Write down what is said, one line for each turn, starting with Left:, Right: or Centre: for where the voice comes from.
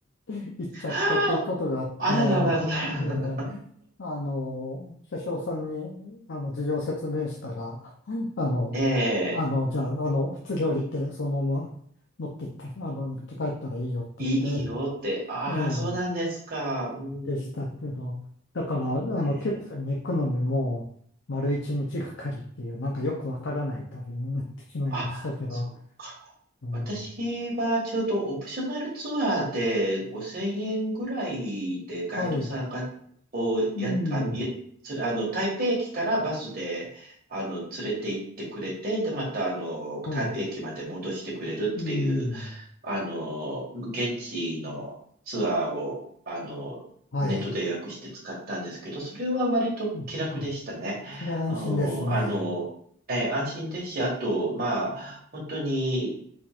Left: <laughs> 行っちゃったということがあって、
Right: ああ、あららららららら。
Left: えーあの、車掌さんに、あの、事情を説明したら、あの、
Right: ええ
Left: あの、じゃあ、あの、普通に降りて、そのまま持って行って、あの、持って帰ったらいいよって言って、
Right: いい、いいよって。ああ、
Left: ええ
Right: そうなんですか。うん。
Left: でしたけど、だから、あの、
Right: ええ、
Left: 九州に行くのにもう、丸一日がかりっていう、なんかよくわからない旅になってしまいましたけど、
Right: あ、そうか。
Left: うん、
Right: 私はちょうどオプショナルツアーで5000円ぐらいでガイドさんが、
Left: はい、
Right: こう、
Left: うん、
Right: や、あの、いそれ、あの、台北駅からバスで、あの、連れて行ってくれて、で、また、あの、
Left: はい。
Right: 台北駅まで戻してくれるっていう
Left: うん。
Right: あの、現地のツアーを、あの、
Left: はい。
Right: ネットで予約して使ったんですけど、それは割と気楽でしたね。
Left: うん。うんそれは安心ですね。
Right: あの、あのえー安心ですし、あと、まあ、本当に、